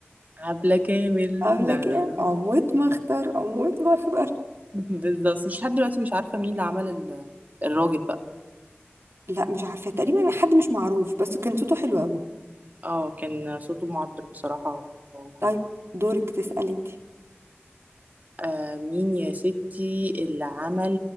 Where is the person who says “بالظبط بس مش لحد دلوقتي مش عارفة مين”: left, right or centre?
Right